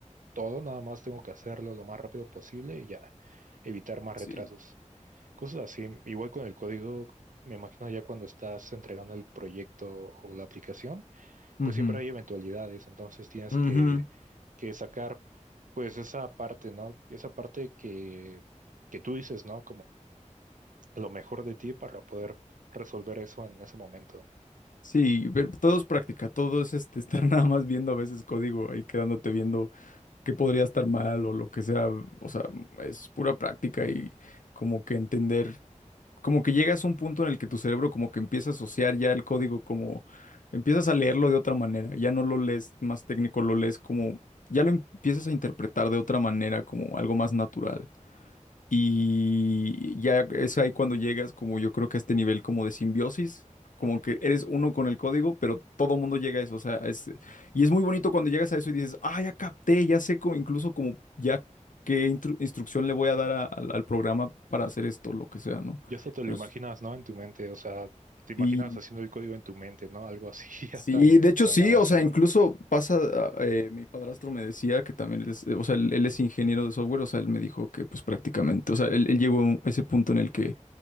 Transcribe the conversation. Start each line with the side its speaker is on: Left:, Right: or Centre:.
Right: todo, nada más tengo que hacerlo lo más rápido posible y ya evitar más
Left: Sí.
Right: retrasos. Cosas así, igual con el código, me imagino ya cuando estás entregando el proyecto o la aplicación,
Left: ujú,
Right: pues siempre hay eventualidades, entonces tienes
Left: ujú,
Right: que, que sacar pues esa parte, ¿no? Esa parte que, que tú dices, ¿no? lo mejor de ti para poder resolver eso en ese momento.
Left: Sí, pero todo es práctica, todo es este, <laughs> estar nada más viendo a veces código y quedándote viendo qué podría estar mal o lo que sea. O sea, es pura práctica y como que entender, como que llegas a un punto en el que tu cerebro como que empieza a asociar ya el código como empiezas a leerlo de otra manera, ya no lo lees más técnico, lo lees como, ya lo empiezas a interpretar de otra manera, como algo más natural. Y ya es ahí cuando llegas como yo creo que a este nivel como de simbiosis, como
Right: Ujú.
Left: que eres uno con el código, pero todo mundo llega a eso, o sea, es, y es muy bonito cuando llegas a eso y dices, ah, ya capté, ya sé co- incluso como ya qué intru- instrucción le voy a dar a- al, al programa para hacer esto, lo que sea, ¿no?
Right: Y eso te lo
Left: Pues,
Right: imaginas, ¿no? En tu mente, o sea, te imaginas
Left: sí,
Right: haciendo el código en tu mente, ¿no? Algo así <laughs> ya
Left: sí,
Right: tan,
Left: de hecho
Right: tan
Left: sí,
Right: avanzado.
Left: o sea, incluso pasa, ah, eh, mi padrastro me decía que también, él es, o sea, él, él es ingeniero de software, o sea, él me dijo que pues prácticamente, o sea, él, él llegó a ese punto en el que